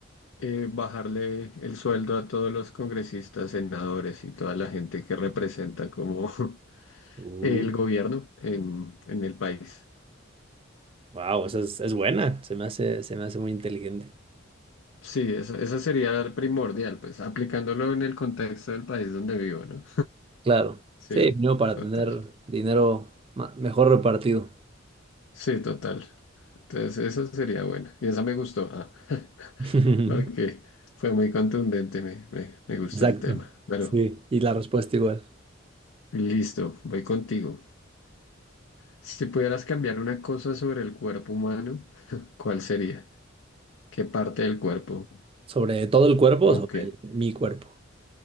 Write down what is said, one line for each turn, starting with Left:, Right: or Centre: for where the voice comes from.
Left: eh, bajarle el sueldo a todos los congresistas, senadores y toda la gente que representa como <laughs>
Right: Uh,
Left: el gobierno en, en el país.
Right: wow, esa es, es buena, se me hace, se me hace muy inteligente.
Left: Sí, esa, esa sería la primordial, pues aplicándolo en el contexto del país donde vivo, ¿no?
Right: Claro,
Left: <laughs> Sí,
Right: sí, no para
Left: total.
Right: tener dinero ma- mejor repartido.
Left: Sí, total. Entonces, esa sería buena. Y esa me gustó, ah, <laughs>
Right: <laughs>
Left: porque fue muy contundente, me, me, me gusta
Right: Exacto,
Left: el tema. Pero
Right: sí, y la respuesta igual.
Left: listo, voy contigo. Si pudieras cambiar una cosa sobre el cuerpo humano, <laughs> ¿cuál sería? ¿Qué parte del cuerpo?
Right: ¿Sobre todo el cuerpo
Left: ¿O
Right: o sobre
Left: qué?
Right: el- mi cuerpo?